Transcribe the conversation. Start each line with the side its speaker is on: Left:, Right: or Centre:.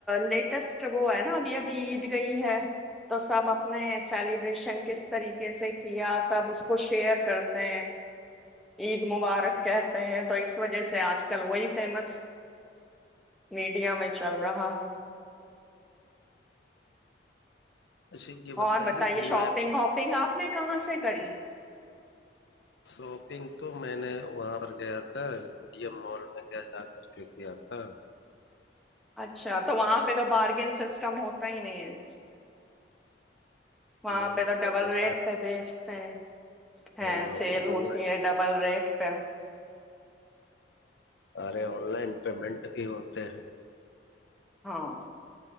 Centre: لیٹسٹ وہ ہے نا ابھی ابھی گئی ہے تو سب نہیں سیلیبریشن کس طریقے سے کیا سب اس کو شیئر کرتے ہیں عید مبارک کہتے ہیں تو اس وجہ سے آج کل وہی فیمس ہ میڈیا میں چل رہا ہے
Left: اچھا یہ
Centre: اور بتائیے
Left: بھی
Centre: شاپنگ
Left: میں
Centre: واپنگ آپ نے کہاں سے کری
Left: شاپنگ تو میں نے وہاں پر گیا تھا وڈیم مال میں گ جا کر کے کیا تھا
Centre: اچھا تو وہاں پہ تو بارگین سسٹم ہوتا ہی نہیں ہے <unintelligible> وہاں
Left: ہاں
Centre: پہ تو ڈبل
Left: سارے
Centre: ریٹ پہ بیچتے ہیں <unintelligible> ہ
Left: آن
Centre: سیل ہوتی
Left: لائن
Centre: ہے ڈبل ریٹ <unintelligible> ہ <unintelligible>
Left: سارے آن لائن پیمنٹ بھی ہوتے ہیں <unintelligible>
Centre: ہاں <unintelligible>